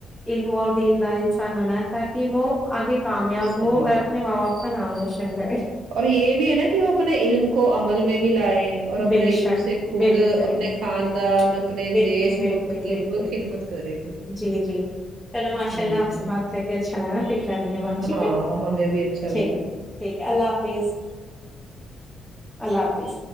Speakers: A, in the centre; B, on the right (about 70°).
A: علم اور دیندار انسان بنایا تاکہ وہ آگے کامیاب
B: صحیح
A: ہو اور
B: ہے
A: اپنے ماں باپ کا نام روشن کرے
B: اور یہ بھی ہے نا کہ وہ اپنے علم کو عمل میں بھی لائے اور اپنے
A: بے شک
B: علم سے خود
A: بالکل
B: اپنے خاندان
A: بے-
B: اپنے
A: بالکل
B: دیش
A: بالکل
B: ملک کی
A: بالکل
B: مطلب خدمت کرے پھر
A: جی جی چلو ماشاء
B: ہوں
A: اللہ آپ سے بات کر کے اچھا لگا پھر کرینگے بات ٹھیک
B: ہاں
A: ہے
B: ہمیں بھی اچھا لگا
A: ٹھیک ہے ٹھیک ہے اللہ حافظ اللہ حافظ